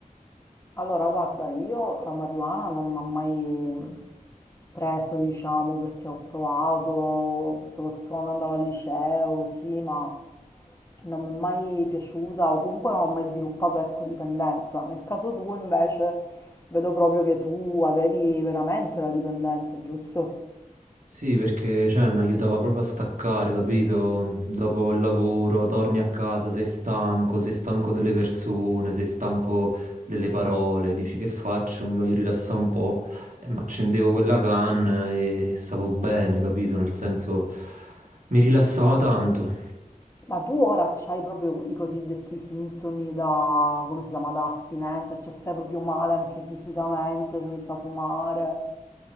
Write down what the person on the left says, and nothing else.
Allora, guarda, io la marijuana non l'ho mai preso, diciamo, perché ho provato, soprattutto quando andavo al liceo, così, ma non mi è mai piaciuta o comunque non ho mai sviluppato, ecco, dipendenza. Nel caso tuo, invece, vedo proprio che tu avevi veramente la dipendenza, giusto?
Ma,
ma tu ora c'hai proprio i cosiddetti sintomi da, come si chiama, da astinenza, cioè stai proprio male anche fisicamente, senza fumare.